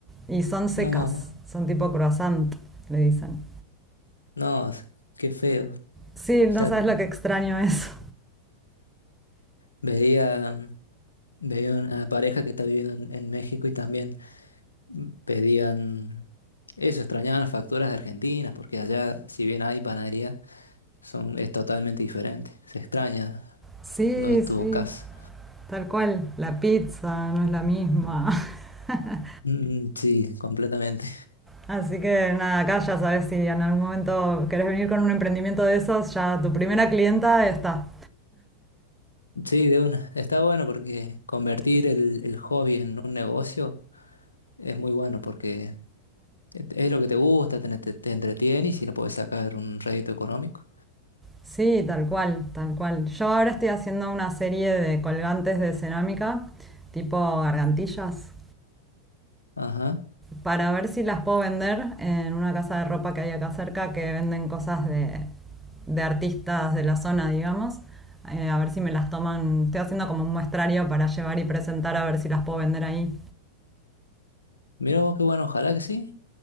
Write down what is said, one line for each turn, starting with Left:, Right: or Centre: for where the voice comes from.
Centre: y son secas,
Left: No,
Centre: son tipo croissant, le dicen.
Left: no, qué feo.
Centre: Sí, no
Left: O sea,
Centre: sabes lo que extraño eso.
Left: veía, veía una pareja que está viviendo en, en México y también pedían eso, extrañaban las facturas de Argentina, porque allá, si bien hay panadería, son, es totalmente diferente. Se extraña
Centre: Sí,
Left: lo de tu
Centre: sí,
Left: casa.
Centre: tal cual. La pizza no es la misma. <laughs>
Left: Mm, sí, completamente.
Centre: Así que nada, acá ya sabes si en algún momento querés venir con un emprendimiento de esos, ya tu primera clienta está.
Left: Sí, de una. Está bueno porque convertir el, el hobby en un negocio es muy bueno porque es es lo que te gusta, te, te- te entretiene y si lo puedes sacar un rédito económico.
Centre: Sí, tal cual, tal cual. Yo ahora estoy haciendo una serie de colgantes de cerámica, tipo gargantillas,
Left: Ajá.
Centre: para ver si las puedo vender en una casa de ropa que hay acá cerca que venden cosas de, de artistas de la zona, digamos. Eh, a ver si me las toman. Estoy haciendo como un muestrario para llevar y presentar a ver si las puedo vender ahí.
Left: Mira vos, qué bueno, ojalá que sí.